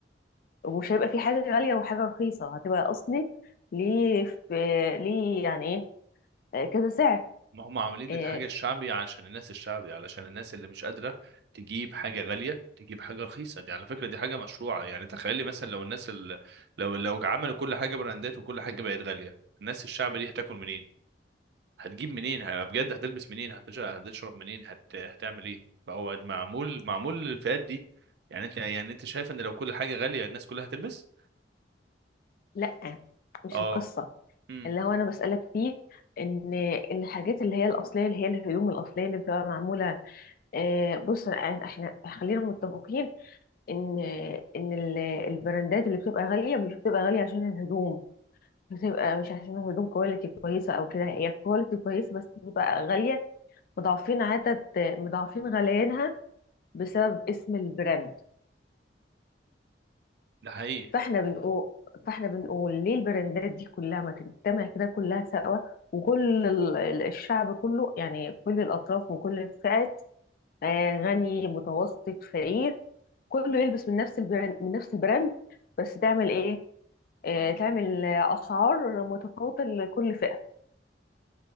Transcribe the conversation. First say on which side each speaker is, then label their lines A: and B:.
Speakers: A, on the left; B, on the right.
A: ومش هيبقى في حاجة غالية وحاجة رخيصة هتبقى أصلي ليه في ليه يعني إيه آه، كذا سعر
B: ما هم عاملين
A: إيه
B: الحاجة الشعبي علشان الناس الشعبي علشان الناس اللي مش قادرة تجيب حاجة غالية تجيب حاجة رخيصة دي على فكرة دي حاجة مشروعة يعني تخيلي مثلا لو الناس ال... لو لو عملوا كل حاجة براندات وكل حاجة بقت غالية الناس الشعبي دي هتاكل منين؟ هتجيب منين؟ ه- بجد هتلبس منين؟ هتش- هتشرب منين؟ هت... هتعمل ايه؟ فهو معمول معمول للفئات دي يعني انت يعني انت شايف ان لو كل حاجة غالية الناس كلها هتلبس؟
A: لأ مش
B: اه
A: القصة
B: امم
A: اللي هو أنا بسألك فيه إن إن الحاجات اللي هي الأصلية اللي هي الهدوم الأصلية اللي بتبقى معمولة إيه بص أنا- إحنا خلينا متفقين إن إن ال- البراندات اللي بتبقى غالية مش بتبقى غالية عشان الهدوم بتبقى مش عشان الهدوم كواليتي كويسة أو كده هي كواليتي كويسة بس بتبقى غالية مضاعفين عدد مضاعفين غليانها بسبب اسم البراند
B: ده حقيقي
A: فاحنا بنقول فاحنا بنقول ليه البراندات دي كلها ما تجتمع كده كلها سوا وكل ال- ال- الشعب كله يعني كل الأطراف وكل الفئات آه، غني متوسط فقير كله يلبس من نفس البراند من نفس البراند بس تعمل ايه آه، تعمل آه، أسعار متفاوتة لكل فئة